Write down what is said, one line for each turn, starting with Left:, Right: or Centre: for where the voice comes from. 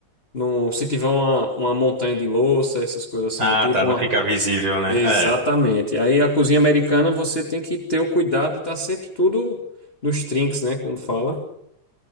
Left: no, se tiver uma, uma montanha de louça, essas coisas assim
Right: Ah,
Left: do tipo,
Right: tá, não
Left: uma-
Right: fica visível, né?
Left: Exatamente.
Right: É,
Left: Aí a cozinha americana você tem que ter o cuidado de estar sempre tudo nos trinques, né? Como fala.